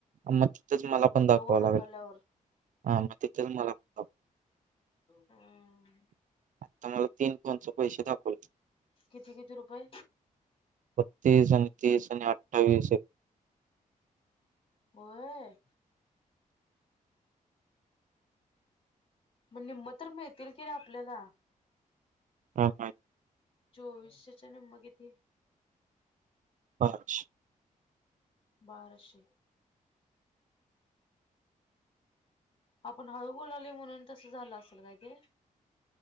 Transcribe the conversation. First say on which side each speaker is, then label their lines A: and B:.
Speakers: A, on the right (about 65°); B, on the left (about 40°).
A: मग तिथेच मला पण दाखवा
B: ढकलल्यावर
A: लागल ह मग तिथच मला पण दाख
B: हम्म
A: आता मला तीन फोनचे पैसे दाखवल.
B: किती किती रुपये
A: बत्तीस आणि तीस आणि आठ <unintelligible>
B: होय मग निम्म तर मिळतील की रे आपल्याला.
A: <unintelligible>
B: चोवीसशेच्या निम्म किती?
A: <unintelligible>
B: बाराशे, आपण हळू बोलाले म्हणून तस झालं असेल काय ते.